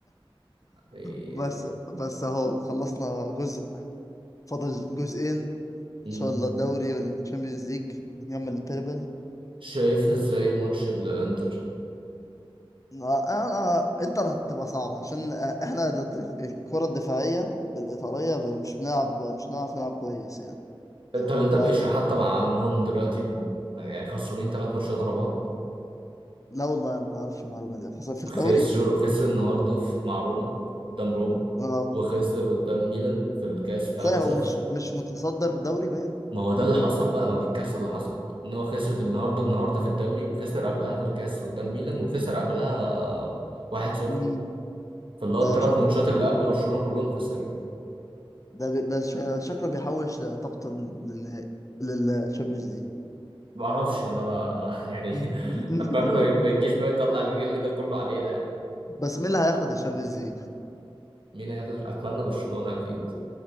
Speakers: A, on the right; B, on the left.
A: يعني-
B: بس بس اهو خلصنا جزء فاضل جزئين ان
A: مم.
B: شاء الله الدوري والتشامبيونز ليج نكمل التربل
A: شايف ازاي ماتش الانتر
B: آه، انا انتر هتبقى صعبة عشان آه، احنا ضد الكرة الدفاعية الإيطالية ب- مش بنلعب مش بنعرف نلعب كويس يعني
A: طب انت ماشي
B: فلا
A: حتى مع انهم دلوقتي يعني خسرانين ثلاث ماتشات ورا بعض
B: والله انا ما اعرفش المعلومة دي خاصة في الدوري
A: خسروا خسر النهارده في مع روما قدام روما
B: آه،
A: وخسر قدام ميلان في الكاس 3-0
B: صحيح هو مش مش متصدر دوري باين
A: ما هو ده اللي حصل بقى ما دي الكارثه اللي حصلت ان هو خسر النهارده النهارده في الدوري وخسر قبلها في الكاس قدام ميلان وخسر قبلها آه، 1-0
B: امم
A: فاللي هو
B: ده
A: الثلاث
B: شكله
A: ماتشات اللي قبل برشلونه كلهم خسرهم
B: ده بي... بس شا- شكله بيحوش طاقته للنهائي للشامبيونز ليج
A: ما اعرفش انا بقى <laughs> يعني
B: <laughs>
A: اتمنى ما ما يجيش بقى يطلع الغل ده كله علينا يعني
B: بس مين اللي هياخد الشامبيونز ليج
A: مين هياخد اتمنى برشلونه اكيد